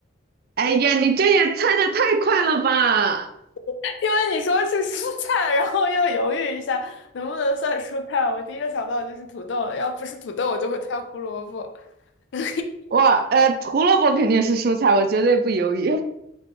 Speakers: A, on the right; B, on the left.
A: 哎呀，你这也猜的太快了吧！
B: <laughs> 因为你说是蔬菜，然后又犹豫一下能不能算蔬菜，我第一个想到就是土豆了。要不是土豆，我就会猜胡萝卜。<laughs> 但
A: 哇，呃，胡萝卜肯定是蔬菜，我绝对不犹豫。